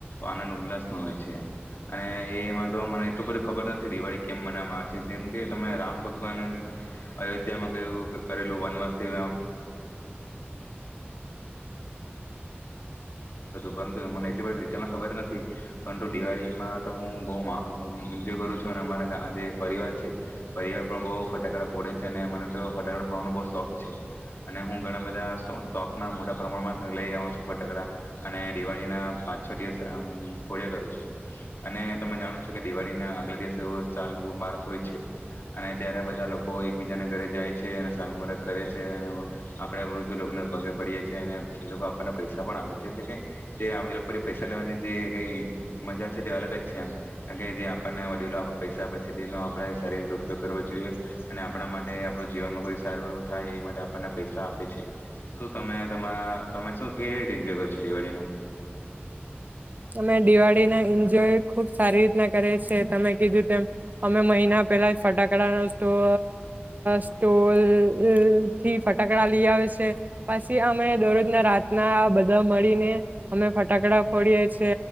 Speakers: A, on the left; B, on the right.
A: આનંદ ઉલ્લાસ નો હોય છે અને એમાં તો મને એટલું બધ ખબર નથી દિવાળી કેમ મનાવામાં આવે છે જેમ કે તમે રામ ભગવાન અયોધ્યામાં કરેલું વનવાસ થી પરંતુ મને એટલી બધ ડિટેલમાં ખબર નથી પરંતુ દિવાળીમાં તો હું બહુજય કરું છું અને અમારા જે પરિવાર છે પરિવાર પણ બહુ ફટાકડા ફોડે છે અને મને તો ફટાકડા ફોડવાનો બહ શોખ છે અને હું ઘણા બધા સ્ટોકના મોટા પ્રમાણમાં લઈ આવ છું ફટાકડા અને દિવાળીના પાંચ છ દિવસ આમ ફોડ્યા કરું છું અને તમે જાણો છો કે દિવાળીના આગલા દિવસે એવું સાલમૂં બારખ હોય છે અને ત્યારે બધા લોકો એકબીજાને ઘરે જાય છે અને સાલમું બારખ કરે છે અને આપણે વૃદ્ધ લોકોને પગે પડીએ છીએ અને એ લોકો આપણને પૈસા પણ આપે છે એટલે કે જે એ લોકો પૈસા લેવાની જે કઈ મજા છે તે અલગ જ છે એમ કાર કે જે આપણને વડીલો પૈસા આપે છે તેનો આપણેે સારી રીતે ઉપયોગ કરવો જોઈએ અને આપણા માટે આપણું જીવનમાં કોઈ સારું એવું થાય એ માટે આપણને પૈસા આપે છે શું તમે તમારા તમે શું કેવી રીતે એન્જય કરો છો દિવાળીનું
B: અમે દિવાળી ના એન્જોય ખુબ સારી રીતના કરીએ છે તમે કીધું તેમ અમે મહિના પેલા ફટાકડા ન સ્ટોક સ્ટોલ થી ફટાકડા લઈ આવે છે પછી અમે દરરોજ ના રાતના બધા મળીને અમે ફટાકડા ફોડીએ છીએ